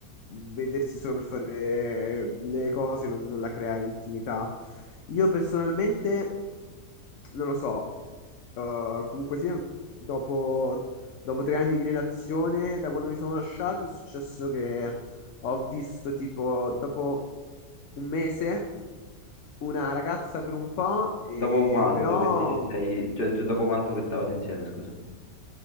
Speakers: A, on the left; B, on the left.
A: vedersi solo per fare le cose non, non la crea l'intimità. Io personalmente non lo so, eh, comunque sia, dopo, dopo tre anni di relazione, da quando mi sono lasciato, è successo che ho visto tipo, dopo un mese, una ragazza per un po', e,
B: Dopo quanto
A: però
B: che ti ci sei, cioè cioè, dopo quanto che stavate insieme, scusa.